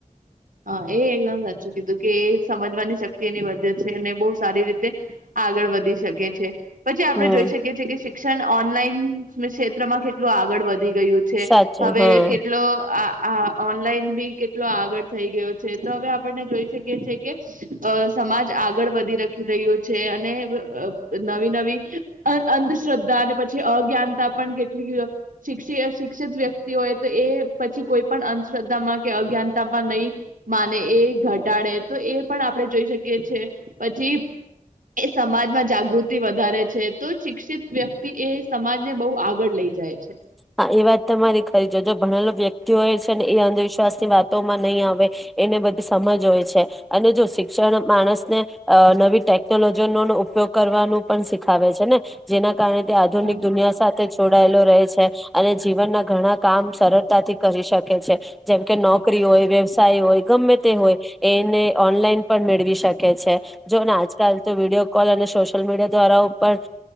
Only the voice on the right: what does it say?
હા એ એકદમ સાચું કીધું કે એ સમજવાની શક્તિ એની વદત છે અને બહુ સારી રીતે આગળ વધી શકે છે પછી આપણે
જોઈ શકીએ છીએ કે શિક્ષણ ઓનલાઈન ક્ષેત્રમાં કેટલું આગળ વધી ગયું છે
હવે
કેટલો આ આ ઓનલાઈન બી કેટલો આગળ થઈ ગયો છે તો હવે આપને જોઈ શકીએ છીએ કે સમાજ આગળ વધી રાખી રહ્યો છે અને નવી નવી અંધશ્રદ્ધા અને પછી અજ્ઞાનતા પણ કેટલી શિક્ષ શિક્ષિત વ્યક્તિ હોય તો એ પછી કોઈ પણ અંધશ્રદ્ધામાં અજ્ઞાનતા માં ન માને એ ઘટાડે તો એ પણ આપણે જોઈ શકીએ છે પછી એ સમાજમાં જાગૃતિ વધારે છે તો શિક્ષિત વ્યક્તિ એ સમાજને બહુ આગળ લઈ જાય છે.
હા.